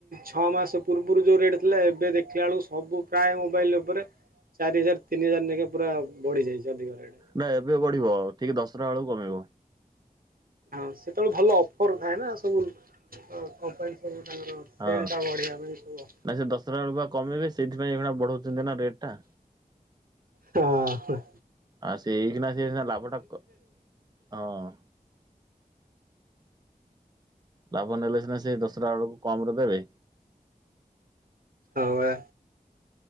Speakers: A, on the right; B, on the right.
A: ଛଅ ମାସ ପୂର୍ବରୁ ଯୋଉ ରେଟ୍ ଥିଲା ଏବେ ଦେଖିଲା ବେଳକୁ ସବୁ ପ୍ରାୟ ମୋବାଇଲ ଉପରେ ଚାରି ହଜାର ତିନି ହଜାର ନେଇକି ପୁରା ବଢି ଯାଇଛି ଅଧିକ ରେଟ୍।
B: ନା ଏବେ ବଢିବ ଟିକେ ଦଶହରା ବେଳକୁ କମିବ।
A: ହଁ ସେତେବେଳେ ଭଲ ଅଫର ଥାଏ ନା ସବୁ ଅ କମ୍ପାନୀ ସବୁ ତାଙ୍କର
B: ହଁ।
A: ସେଲ୍ ଟା ବଢେଇବା ପାଇଁ ସବୁ ଅଫର
B: ନା ସେ ଦଶହରା ବେଳକୁ ବା କମେଇବେ, ସେଇଥିପାଇଁ ଏଇଖିଣା ବଢ଼ାଉଛନ୍ତି ନା ରେଟ ଟା।
A: ହଁ । ହଁ।
B: ଆଉ ସେ ଏଇକିନା ସେ ସିନା ଲାଭଟା କ ହଁ। ଲାଭ ନେଲେ ସିନା ସେଇ ଏ ଦଶହରା ବେଳକୁ କମ ରେ ଦେବେ।
A: ହଁ ୱା।